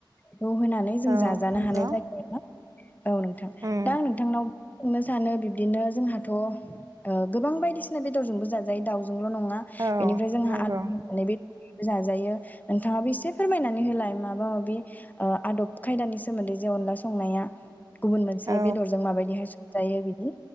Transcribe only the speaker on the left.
खौ होनानै जों
जाजानो
हानाय जाबाय आरोना। औ नोंथां
दा नोंथांनाव सोंनो सानो बिब्दिनो जोंहाथ' गोबां बायदिसिना बेदरजोंबो जाजायो दाउ जोंल' नङा
बेनिफ्राय जोंहा
आलु होननानै बे जाजायो नोंथाङाबो एसे फोरमायनानै होलाय माबा माबि ओ आदब खायदानि सोमोन्दै जे अनला संनाया गुबुन मोनसे
बेदरजों माबायदिहाय संजायो बि?